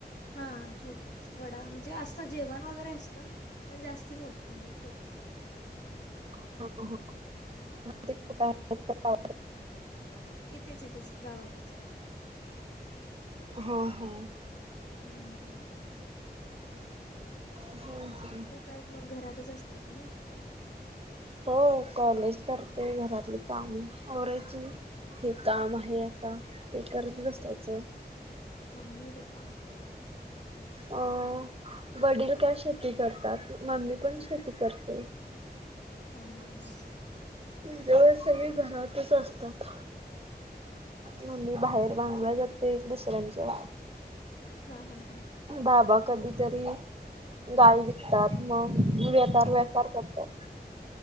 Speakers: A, on the left; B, on the right.
A: हा छोटच वडा म्हणजे असत जेवण वगैरे असतं पण जास्ती मोठं नाही छोटंच आहे
B: <inaudible>
A: हा इथेच इथेच गावातच आहे
B: हम हम
A: हम्म
B: हम्म
A: बाकी
B: हम्म
A: तू काय मग घरातच असताय तुम्ही
B: हो कॉलेज करते घरातली काम वरायची हे काम आहे आता ते करत असायचं
A: मममी पपा
B: अ वडील का्या शेती करतात मम्मी पण शेती करते
A: हा हा हा
B: तुव सगळे घरातच असतात म मी
A: हम्म
B: बाहेर
A: हम्म
B: बांधला जाते दुसऱ्यांच्या
A: हा हा हा हा
B: बाबा
A: आमच्या
B: कधीतरी गाय विकतात मग वेपार वपार करतात